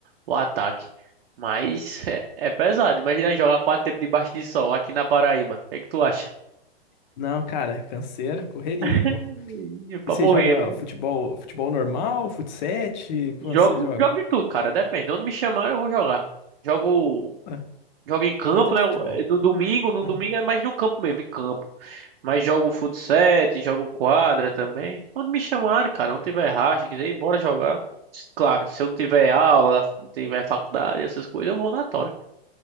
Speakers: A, on the right (about 65°); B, on the left (about 45°).
A: o ataque. Mas <laughs> é, é pesado. Imagina jogar quatro tempos debaixo de sol aqui na Paraíba. O que é que tu acha?
B: Não, cara, canseira, correria,
A: <laughs>
B: pô. E
A: Pra
B: você
A: morrer.
B: joga futebol, futebol normal, fut7? Quanto
A: Jogo,
B: você joga?
A: jogo de tudo, cara. Depende. Onde me chamarem, eu vou jogar. Jogo,
B: Ah,
A: jogo em campo,
B: importante
A: né?
B: é futebol.
A: No domingo, no
B: Aham.
A: domingo é mais no campo mesmo, em campo. Mas jogo futsal, jogo quadra também. Onde me chamarem, cara. Onde tiver racha, quiser ir, bora jogar. S- Claro, se eu não tiver aula, não tiver faculdade, essas coisas, eu vou na tora.